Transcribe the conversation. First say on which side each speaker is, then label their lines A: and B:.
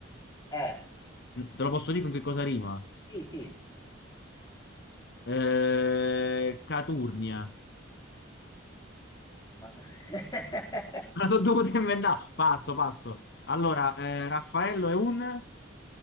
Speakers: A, on the left; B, on the left.
A: Eh,
B: Te lo posso dire con che cosa rima?
A: sì, sì,
B: Eh, Caturnia.
A: ma cos'è?
B: Me la sono dovuta inventare. Passo, passo. Allora, eh, Raffaello è un...